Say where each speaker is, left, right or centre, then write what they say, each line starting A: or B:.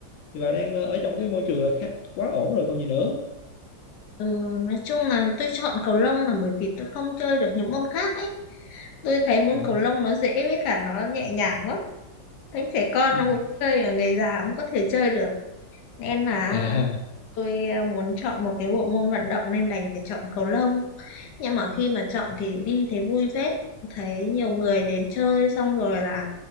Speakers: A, on the left; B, on the left.
A: thì bà đang ờ, ở trong cái môi trường là khá, quá ổn rồi còn gì nữa.
B: Ừ, nói chung là tôi chọn cầu lông là bởi vì tôi không chơi được những môn khác ấy. Tôi thấy môn
A: Ờ.
B: cầu lông nó dễ với cả nó nhẹ nhàng lắm. Thấy trẻ con
A: Ừ.
B: nó cũng chơi và người già cũng có thể chơi được. Nên là
A: À.
B: tôi ờ, muốn chọn một cái bộ môn vận động nên đành phải chọn cầu lông. Nhưng mà khi mà chọn thì đi thấy vui phết. Thấy nhiều người đến chơi xong rồi là